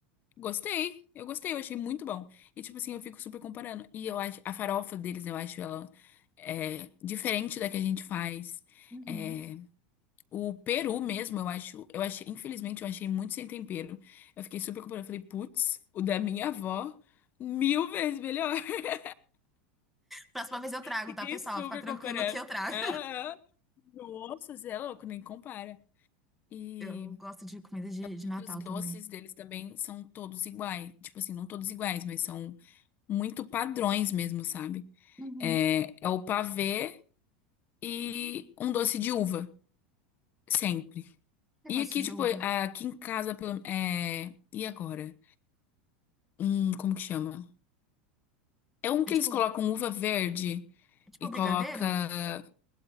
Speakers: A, on the left (about 35°); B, in the centre.
A: Gostei, eu gostei, eu achei muito bom. E, tipo assim, eu fico super comparando. E eu acho, a farofa deles, eu acho ela é, diferente da que a gente faz.
B: Uhum.
A: É, o peru mesmo, eu acho, eu achei, infelizmente, eu achei muito sem tempero. Eu fiquei super comparando, eu falei, putz, o da minha avó, mil vezes melhor. <laughs>
B: Próxima vez eu trago,
A: Fiquei
B: tá, pessoal?
A: super
B: Fica tranquilo
A: comparando.
B: que eu trago.
A: Ah, ah. nossa, você é louco, nem compara. E
B: Eu gosto de comida de,
A: acho
B: de Natal
A: que os doces
B: também.
A: deles também são todos iguais. Tipo assim, não todos iguais, mas são muito padrões mesmo, sabe?
B: Uhum.
A: É, é o pavê e um doce de uva, sempre.
B: Eu
A: E
B: gosto
A: aqui,
B: de
A: tipo,
B: uva.
A: aqui em casa, pelo- é, e agora? Hum, como que chama? É um que
B: É
A: eles
B: tipo,
A: colocam uva verde
B: é tipo
A: e
B: brigadeiro?
A: coloca.